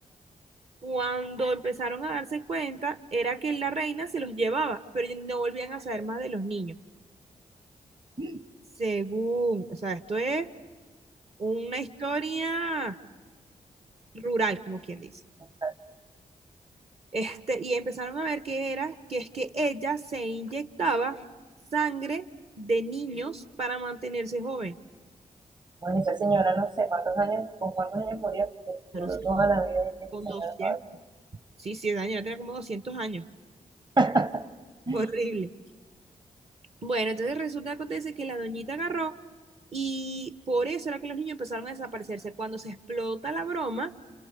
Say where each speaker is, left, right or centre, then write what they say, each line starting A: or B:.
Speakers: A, on the right; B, on the right.
A: Cuando empezaron a darse cuenta, era que la reina se los llevaba, pero no volvían a saber más de los niños.
B: <clears throat> mm,
A: Según, o sea, esto es una historia rural, como quien dice.
B: o sea,
A: Este, y empezaron a ver que era, que es que ella se inyectaba sangre de niños para mantenerse joven.
B: bueno, esa señora no sé cuántos años, con cuántos años murió,
A: Pero
B: duró
A: sí,
B: toda
A: como
B: la vida esa
A: con
B: señora
A: doscientos sí, sí, Daniela tenía como 200 años.
B: todavía.
A: <laughs> Horrible.
B: <laughs>
A: Bueno, entonces resulta, acontece que la doñita agarró y por eso era que los niños empezaron a desaparecerse. Cuando se explota la broma,